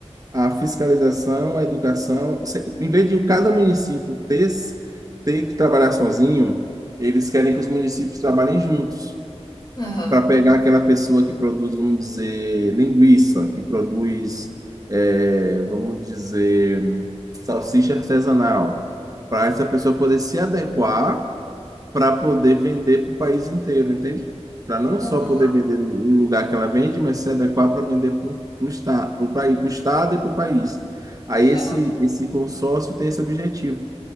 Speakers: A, on the right; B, on the left.
A: a fiscalização, a educação. Se- Em vez de cada município ter, ter que trabalhar sozinho, eles querem que os municípios trabalhem juntos
B: Aham.
A: para pegar aquela pessoa que produz, vamos dizer, linguiça, que produz, eh, vamos dizer, salsicha artesanal, para essa pessoa poder se adequar para poder vender para o país inteiro, entende? Para não
B: Ah.
A: só
B: ah,
A: poder vender no lugar que ela vende, mas se adequar para vender para o estado, para o país, pro estado e para o país. Aí esse,
B: Aham.
A: esse consórcio tem esse objetivo.